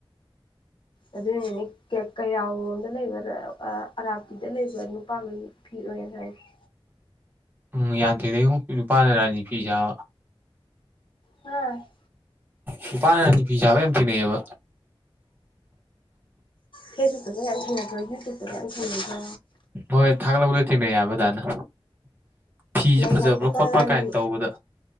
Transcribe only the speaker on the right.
ꯎꯝ ꯌꯥꯝ ꯊꯦꯡꯉꯩꯕꯨ ꯅꯨꯄꯥꯅ ꯔꯥꯅꯤ ꯐꯤ ꯁꯥꯕ
ꯅꯨꯄꯥꯅ ꯔꯥꯅꯣ ꯐꯤ ꯁꯥꯕ ꯌꯥꯝ ꯊꯦꯡꯅꯩꯑꯕ
ꯍꯣꯏ ꯊꯥꯒꯠꯂꯛꯄꯗ ꯊꯦꯡꯅꯩ ꯍꯥꯏꯕ ꯑꯗꯥꯢꯅ ꯐꯤꯖꯦ
ꯐꯖꯕ꯭ꯔꯥ
ꯈꯣꯠꯄ꯭ꯔꯥ
ꯀꯥꯏ ꯇꯧꯕꯗ